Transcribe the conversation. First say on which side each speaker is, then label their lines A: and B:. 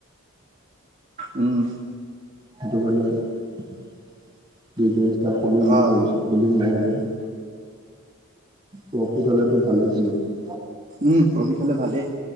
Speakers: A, on the right; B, on the right.
A: উম
B: সেইটো কাৰণে যি ব্যৱস্থা খোলো বুলি
A: অ
B: ভাবিছো খুলিম লাহে কে প্ৰফিট হলেটো ভালেই তোমাৰ।
A: উম প্ৰফিট হলে ভালেই।